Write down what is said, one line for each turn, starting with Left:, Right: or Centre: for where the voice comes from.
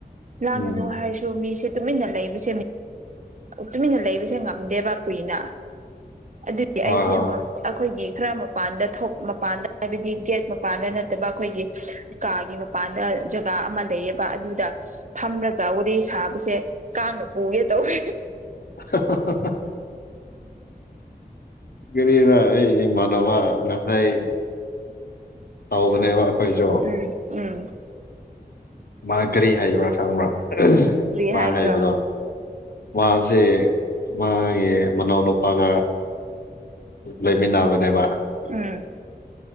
Right: ꯂꯥꯡꯉꯅꯨ
Left: ꯎꯝ
Right: ꯍꯥꯏꯔꯁꯨ ꯃꯤꯁꯦ ꯇꯨꯃꯤꯟꯅ ꯂꯩꯕꯁꯦ ꯇꯨꯃꯤꯟꯅ ꯂꯩꯕꯁꯦ ꯉꯝꯗꯦꯕ ꯀꯨꯏꯅ ꯑꯗꯨꯗꯤ
Left: ꯑꯣ
Right: ꯑꯩꯁꯦ ꯑꯩꯈꯣꯏꯒꯤ ꯈꯔ ꯃꯄꯥꯟꯗ ꯊꯣꯛ ꯃꯄꯥꯟꯗ ꯍꯥꯏꯕꯗꯤ ꯒꯦꯠ ꯃꯄꯥꯟꯗ ꯅꯠꯇꯕ ꯑꯩꯈꯣꯏꯒꯤ ꯀꯥꯒꯤ ꯃꯄꯥꯟꯗ ꯖꯒꯥ ꯑꯃ ꯂꯩꯌꯦꯕ ꯑꯗꯨꯗ ꯐꯝꯔꯒ ꯋꯥꯔꯤꯦ ꯁꯥꯕꯁꯦ ꯀꯥꯡꯅ ꯄꯨꯒꯦ ꯇꯧꯋ
Left: ꯍꯥꯍꯥꯍꯥꯍꯥ <inaudible> ꯀꯔꯤ ꯑꯩ ꯃꯅꯅꯕ ꯉꯁꯥꯏ ꯇꯧꯕꯅꯦꯕ ꯑꯩꯈꯣꯏꯁꯨ
Right: ꯎꯝ ꯎꯝ
Left: ꯃꯥ ꯀꯔꯤ ꯍꯥꯏꯕ꯭ꯔꯥ ꯈꯪꯕ꯭ꯔꯥ
Right: ꯀꯔꯤ
Left: ꯃꯥ
Right: ꯍꯥꯏꯕ꯭ꯔꯣ
Left: ꯍꯥꯏꯕꯗꯣ ꯃꯥꯁꯦ ꯃꯥꯒꯤ ꯃꯅꯥꯎ ꯅꯨꯄꯥꯒ ꯂꯩꯃꯤꯟꯅꯕꯅꯦꯕ
Right: ꯎꯝ